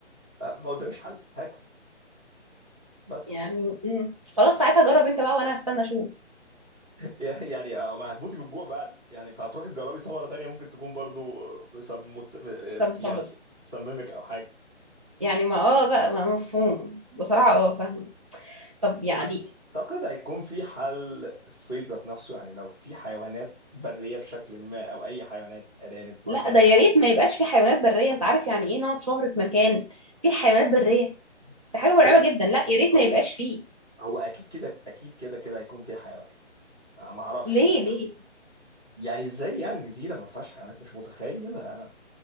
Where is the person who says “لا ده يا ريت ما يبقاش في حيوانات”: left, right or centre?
Right